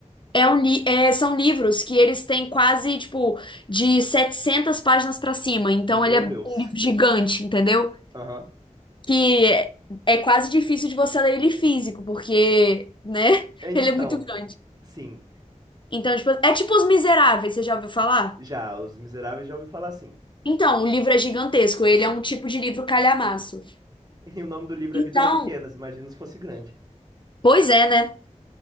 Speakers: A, on the left (about 40°); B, on the right (about 30°).
A: É um li- é, são livros que eles têm quase, tipo, de 700 páginas pra cima. Então,
B: Meu
A: ele é
B: Deus.
A: um livro gigante, entendeu?
B: Aham.
A: Que é, é quase difícil de você ler ele físico, porque, né?
B: Então,
A: <laughs> Ele é muito grande.
B: sim.
A: Então, tipo, é tipo Os Miseráveis, você já ouviu falar?
B: Já, Os Miseráveis já ouvi falar assim.
A: Então, o livro é gigantesco. Ele é um tipo de livro calhamaço.
B: E o nome do livro
A: Então,
B: é Vidas Pequenas, imagina se fosse grande.
A: pois é, né?